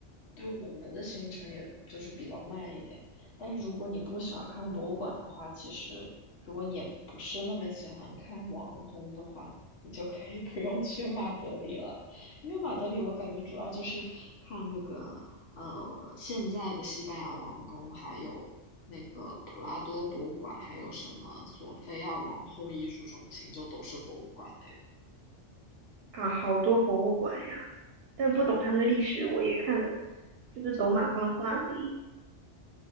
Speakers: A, on the left; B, on the right.
A: 对我们的行程也就是比较慢一点，但是如果你不喜欢看博物馆的话，其实如果你也不是那么喜欢看王宫的话，你就可以 <laughs> 不用去马德里了，因为马德里我感觉主要就是看那个呃现在的西班牙王宫，还有那个普拉多博物馆，还有什么索菲亚王后艺术中心，就都是博物馆类的。
B: 啊，好多博物馆呀，但不懂他们的历史，我也看了，就是走马观花而已。